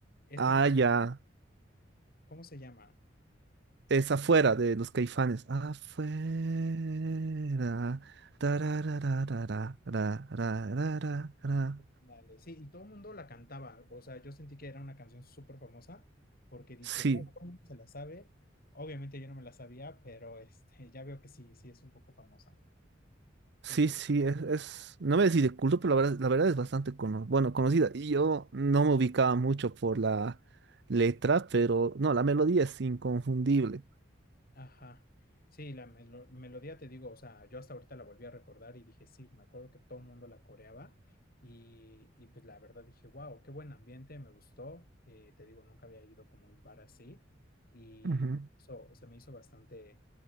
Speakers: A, on the left (about 50°); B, on the right (about 60°).
A: Esta,
B: Ah, ya.
A: ¿cómo se llama?
B: Es afuera de los Caifanes. Afuera. tararararararararara.
A: Dale, sí, y todo el mundo la cantaba, o sea, yo sentí que era una canción súper famosa porque dije,
B: Sí.
A: wow, todo el mundo se la sabe. Obviamente yo no me la sabía, pero este, ya veo que sí, sí es un poco famosa. Entonces,
B: Sí, sí, es, es- no me decís de culto, pero la verdad, la verdad es bastante cono- bueno, conocida. Y yo no me ubicaba mucho por la letra, pero no, la melodía es inconfundible.
A: Ajá. Sí, la melo- melodía te digo, o sea, yo hasta ahorita la volví a recordar y dije, sí, me acuerdo que todo el mundo la coreaba y, y pues la verdad dije, wow, qué buen ambiente, me gustó. Eh, te digo, nunca había ido como a un bar así y
B: Ujú.
A: so, se me hizo bastante,